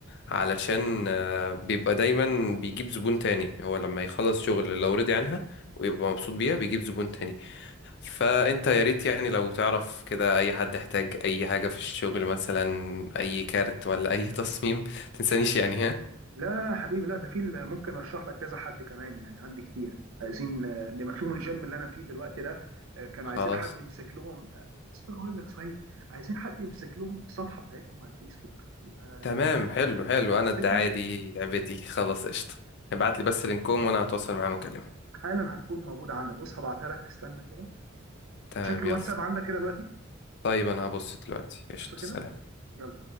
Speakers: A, on the left; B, on the right.
A: علشان آه، بيبقى دايما بيجيب زبون تاني هو لما يخلص شغل لو رضي عنها ويبقى مبسوط بيها بيجيب زبون تاني فانت يا ريت يعني لو تعرف كده اي حد احتاج اي حاجه في الشغل مثلا اي كارت ولا اي <laughs> تصميم تنسانيش يعني
B: لا لا لا حبيبي لا ده في ال- ممكن اشرح لك كذا حد كمان يعني عندي كتير عايزين آه، بمفهوم الجيم اللي انا فيه دلوقتي ده آه، كانوا
A: خلاص
B: عايزين حد يمسك لهم آه، نسيت اقول لك صحيح عايزين حد يمسك لهم الصفحه بتاعتهم على الفيسبوك يبقى
A: تمام حلو حلو انا
B: امسكها
A: الدعاية دي لعبتي خلاص قشطة ابعت لي بس لينكوم وانا هتواصل معاهم واكلمهم
B: حالا هتكون موجوده عندك بص هبعتها لك استنى كده
A: تمام
B: تشيك الواتساب
A: يلا
B: عندك كده دلوقتي
A: طيب انا هبص دلوقتي قشطة
B: بص كده
A: سلام
B: يلا